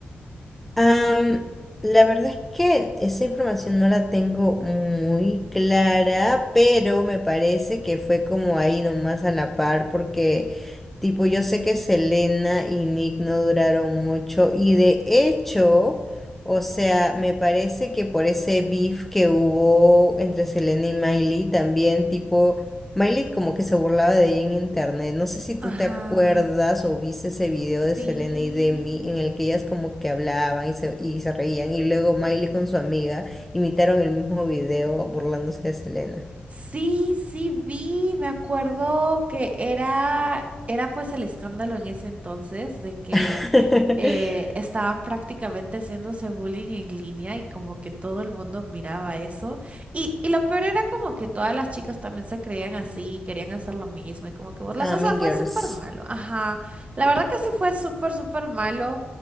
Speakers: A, in the centre; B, on the right (about 35°).
A: Am, la verdad es que esa información no la tengo muy clara, pero me parece que fue como ahí nomás a la par, porque tipo yo sé que Selena y Nick no duraron mucho y de hecho, o sea, me parece que por ese beef que hubo entre Selena y Miley también, tipo... Miley como que se burlaba de ella en internet. No sé si tú
B: Ajá,
A: te acuerdas o viste ese video de
B: sí.
A: Selena y Demi en el que ellas como que hablaban y se, y se reían y luego Miley con su amiga imitaron el mismo video burlándose de Selena.
B: Sí, sí vi, me acuerdo que era, era pues el escándalo en ese entonces de que
A: <laughs>
B: eh, estaban prácticamente haciéndose bullying en línea y como que todo el mundo miraba eso. Y, y lo peor era como que todas las chicas también se creían así, querían hacer lo mismo y como que burlas.
A: Ah,
B: O
A: Mean
B: sea, fue
A: Girls.
B: súper malo. Ajá. La verdad que sí fue súper, súper malo.